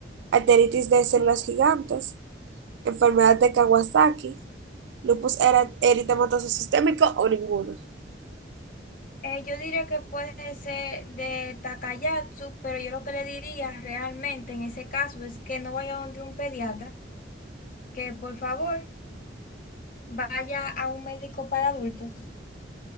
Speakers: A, on the right; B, on the left.
A: arteritis de células gigantes, enfermedad de Kawasaki, lupus era- eritematoso sistémico o ninguno.
B: Eh, yo diría que puede ser de Takayatsu, pero yo lo que le diría realmente en ese caso es que no vaya donde un pediatra, que por favor vaya a un médico para adultos,